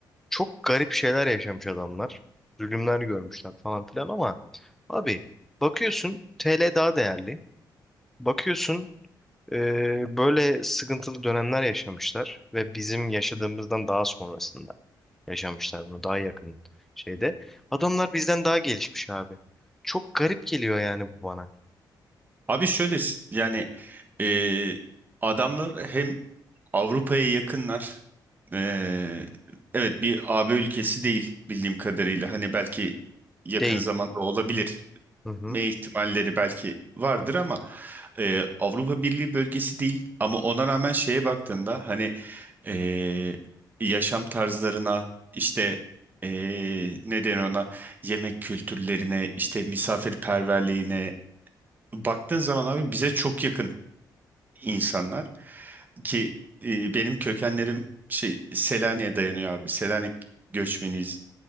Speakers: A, in the centre; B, on the right.
A: Çok garip şeyler yaşamış adamlar. Zulümler görmüşler falan filan ama abi bakıyorsun TL daha değerli. Bakıyorsun e, böyle sıkıntılı dönemler yaşamışlar ve bizim yaşadığımızdan daha sonrasında. yaşamışlar bunu daha yakın şeyde. Adamlar bizden daha gelişmiş abi. Çok garip geliyor yani bu bana.
B: Abi şöyle yani e, adamlar hem Avrupa'ya yakınlar. Ee, evet bir AB ülkesi değil bildiğim kadarıyla. Hani belki yakın
A: Değil.
B: zamanda olabilir.
A: Hı hı.
B: Me ihtimalleri belki vardır ama e, Avrupa Birliği bölgesi değil. Ama ona rağmen şeye baktığında hani e, yaşam tarzlarına işte e, ne denir ona yemek kültürlerine işte misafirperverliğine baktığın zaman abi bize çok yakın insanlar ki e, benim kökenlerim şey Selanik'e dayanıyor abi. Selanik göçmeniyiz